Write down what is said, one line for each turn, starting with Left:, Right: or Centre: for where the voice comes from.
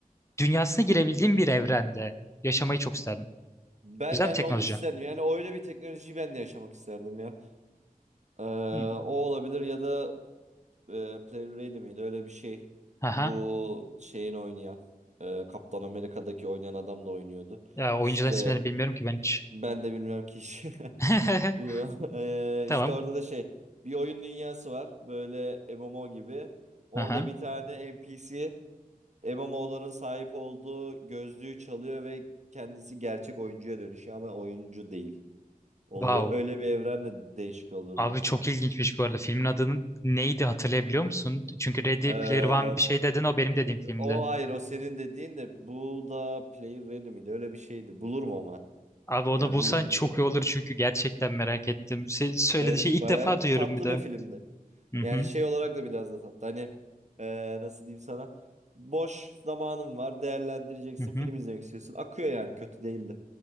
Left: dünyasına girebildiğim bir evrende yaşamayı çok isterdim.
Right: Ben
Left: Güzel
Right: de hani
Left: bir teknoloji.
Right: onu isterdim. Yani öyle bir teknolojiyi ben de yaşamak isterdim ya. Ee,
Left: Hmm.
Right: o olabilir ya da e, Player Ready miydi? Öyle bir şey.
Left: Aha.
Right: Bu şeyin oynayan e, Kaptan Amerika'daki oynayan adam da oynuyordu.
Left: Ya oyuncuların
Right: İşte
Left: isimlerini bilmiyorum ki ben hiç.
Right: ben de bilmiyorum ki. <laughs>
Left: <laughs>
Right: Ee,
Left: Tamam.
Right: işte orada da şey bir oyun dünyası var. Böyle MMO gibi. Orada
Left: Aha.
Right: bir tane NPC MMO'ların sahip olduğu gözlüğü çalıyor ve kendisi gerçek oyuncuya dönüşüyor ama oyuncu değil. oluyor.
Left: Wow.
Right: Öyle bir evren de değişik olurdu.
Left: Abi çok ilginçmiş bu arada. Filmin adının neydi hatırlayabiliyor musun? Çünkü Ready
Right: Ee,
Left: Player One bir şey dedin o benim dediğim filmdi.
Right: o hayır o senin dediğin de bu da Player Ready miydi? Öyle bir şeydi. Bulurum ama.
Left: Abi onu
Right: Yani
Left: bulsan
Right: bulurum
Left: çok
Right: sana onu.
Left: iyi olur çünkü gerçekten merak ettim. Sen söylediğin
Right: Evet
Left: şeyi
Right: evet, baya
Left: ilk defa duyuyorum
Right: tatlı
Left: bir de.
Right: bir filmdi.
Left: Hı hı,
Right: Yani şey olarak da biraz da tatlı. Hani ee, nasıl diyeyim sana? Boş zamanın var değerlendireceksin
Left: hı hı.
Right: film izlemek istiyorsun. Akıyor yani kötü değildi.